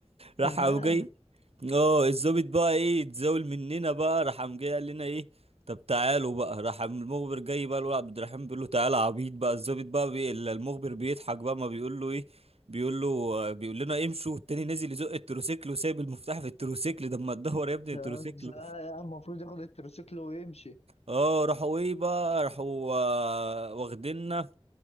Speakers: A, on the right; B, on the left.
A: راح
B: <laughs> كمان
A: قام جاي اه الظابط بقى ايه اتزاول مننا بقى راح قام جاي قال لنا ايه طب تعالوا بقى راح قام المخبر جاي بقى الولد عبد الرحمن بيقول له تعالى يا عبيط بقى الظابط بقى بي... ال- المخبر بيضحك بقى ما بيقول له ايه بيقول له آه، بيقول لنا امشوا التاني نازل يزق التروسيكل وسايب المفتاح في التروسيكل ده ما تدور يا ابني
B: لا
A: التروسيكل
B: لا يا عم المفروض ياخد التروسيكل ويمشي
A: اه راحوا ايه بقى راحوا آه، واخديننا